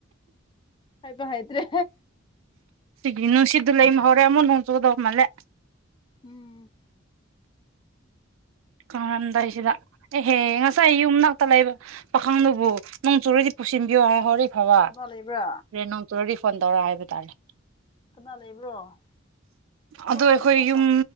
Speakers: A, on the left; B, on the right.
A: ꯍꯥꯏꯕ ꯍꯥꯏꯗ꯭ꯔꯦ
B: ꯁꯤꯒꯤ ꯅꯨꯡꯁꯤꯠꯠꯇ ꯂꯩꯃ ꯍꯧꯔꯦ ꯑꯃꯨꯛ ꯍꯣꯡ ꯆꯨꯗꯧ ꯃꯥꯜꯂꯦ
A: ꯎꯝ
B: ꯀꯉꯝꯗꯥꯏꯁꯤꯗ ꯑꯦꯍꯦꯍꯦ ꯉꯁꯥꯏ ꯌꯨꯝꯅꯥꯛꯇ ꯂꯩꯕ ꯄꯥꯈꯪꯗꯨꯕꯨ ꯅꯪ ꯆꯨꯔꯗꯤ ꯄꯨꯁꯤꯟꯕꯤꯌꯣ ꯍꯥꯏ ꯍꯣꯔꯦ ꯐꯕ
A: ꯀꯅꯥ ꯂꯩꯕ꯭ꯔꯥ
B: ꯔꯦ ꯅꯣꯡꯇꯨꯔ ꯔꯤꯐꯣꯟ ꯇꯧꯔ ꯍꯥꯏꯕ ꯇꯥꯔꯦ
A: ꯀꯅꯥ ꯂꯩꯕ꯭ꯔꯣ ꯑꯩꯈꯣꯏ
B: ꯑꯗꯣ
A: ꯈꯣꯏꯒꯤ
B: ꯑꯩꯈꯣꯏ
A: ꯅꯨꯄꯥ
B: ꯌꯨꯝ